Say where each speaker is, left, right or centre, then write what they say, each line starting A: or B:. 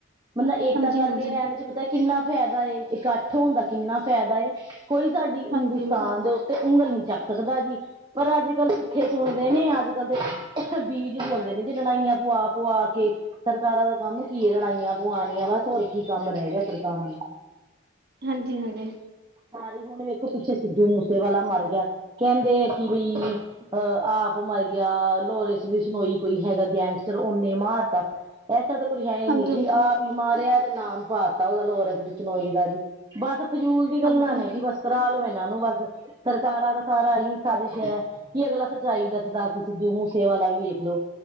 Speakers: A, on the right; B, on the right.
A: ਬੰਦਾ ਏਕਤਾ
B: ਹਾਂਜੀ।
A: ਕਰਕੇ
B: ਹਾਂਜੀ
A: ਰਹਿਣ ਚ ਪਤਾ ਕਿੰਨਾ ਫਾਇਦਾ ਏ, ਇਕੱਠ ਹੋਣ ਦਾ ਕਿੰਨਾ ਫਾਇਦਾ ਕੋਈ ਸਾਡੀ ਹਿੰਦੁਸਤਾਨ
B: ਹਾਂਜੀ-ਹਾਂਜੀ,
A: ਦੇ ਉੱਤੇ ਉਂਗਲ ਨੀ ਚੱਕ ਸਕਦਾ ਜੀ ਪਰ ਅੱਜ ਕੱਲ ਕਿੱਥੇ ਸੁਣਦੇ ਨੇ ਅੱਜ ਕੱਲ੍ਹ ਦੇ ਬੀਜ ਹੁੰਦੇ ਨੇ ਜੇ ਲੜਾਈਆਂ ਪੁਆ- ਪੁਆ ਕੇ ਸਰਕਾਰਾਂ ਦਾ ਕੰਮ ਕੀ ਹੈ ਲੜਾਈਆਂ ਪੁਆਉਣੀਆਂ ਬੱਸ ਹੋਰ ਕੀ ਕੰਮ ਰਹਿ ਗਿਆ ਸਰਕਾਰਾਂ ਨੂੰ
B: ਹਾਂਜੀ-। ਹਾਂਜੀ
A: ਸਾਰੇ ਹੁਣ ਵੇਖੋ ਪਿੱਛੇ ਸਿੱਧੂ ਮੂਸੇਵਾਲਾ ਮਰ ਗਿਆ ਕਹਿੰਦੇ ਆ ਕਿ ਬਈ ਅਹ ਆਪ ਮਰ ਗਿਆ ਲੋਰਿੰਸ ਬਿਸ਼ਨੋਈ ਕੋਈ ਹੈਗਾ ਗੈਂਗਸਟਰ ਉਹਨੇ ਮਾਰਤਾ। ਐਸਾ ਤਾਂ ਕੁਝ ਹੈ ਹੀ
B: ਹਾਂਜੀ-ਹਾਂਜੀ,
A: ਨੀ ਜੀ ਆਪ ਹੀ ਮਾਰਿਆ ਤੇ ਨਾਮ ਪਾਤਾ ਉਹਦਾ ਲਾਰੈਂਸ ਬਿਸ਼ਨੋਈ ਦਾ ਜੀ। ਬਸ ਫਜੂਲ ਦੀ ਗੱਲਾਂ
B: ਹਾਂਜੀ-ਹਾਂਜੀ,
A: ਨੇ ਜੀ ਬਸ ਕਰਾ ਲਓ ਇਹਨਾਂ ਨੂੰ ਬਸ ਸਰਕਾਰਾਂ ਦਾ ਸਾਰਾ ਹੀ ਸਾਜਿਸ਼ ਹੈ। ਕੀ ਅਗਲਾ ਸੱਚਾਈ ਦਾੱਸਦਾਸੀ ਸਿੱਧੂ ਮੂੰਹ ਸੇਵਾ ਲਾ ਵੀ ਵੇਖ ਲੋ,